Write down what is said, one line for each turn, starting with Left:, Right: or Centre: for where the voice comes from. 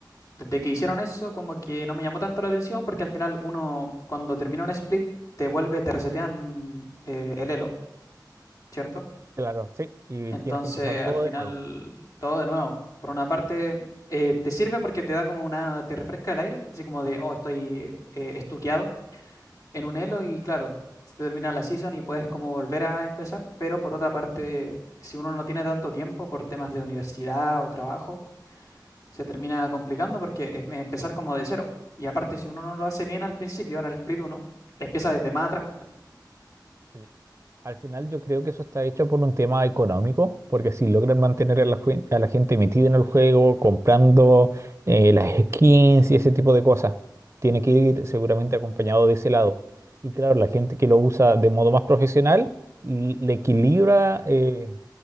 Left: desde que hicieron eso, como que no me llamó tanto la atención porque al final uno, cuando termina un split, te vuelve, te resetean eh, el elo, ¿cierto?
Right: claro, sí, y
Left: Entonces
Right: tienes que empezar todo
Left: al final
Right: de nuevo.
Left: todo de nuevo. Por una parte... eh, te sirve porque te da como una, te refresca el aire, así como de, oh, estoy eh, estuqueado, en un elo y claro, se termina la season y puedes como volver a empezar, pero por otra parte, si uno no tiene tanto tiempo por temas de universidad o trabajo, se termina complicando porque es me- empezar como de cero. Y aparte, si uno no lo hace bien al principio, en el split uno empieza desde más atrás.
Right: Sí. Al final yo creo que eso está hecho por un tema económico, porque si logran mantener a la, juen- a la gente metida en el juego, comprando eh, las skins y ese tipo de cosas, tiene que ir seguramente acompañado de ese lado. Y claro, la gente que lo usa de modo más profesional l- le equilibra eh,